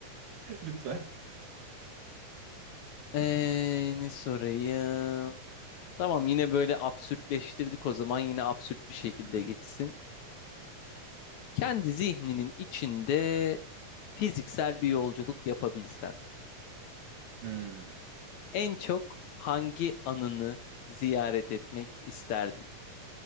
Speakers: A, on the right (about 85°); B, on the left (about 70°).
A: <laughs> Lütfen.
B: Ee, ne sorayım? Tamam yine böyle absürtleştirdik o zaman yine absürt bir şekilde
A: Hı hı.
B: geçsin. Kendi zihninin içinde fiziksel bir yolculuk yapabilsen
A: Hmm.
B: en çok hangi anını ziyaret etmek isterdin?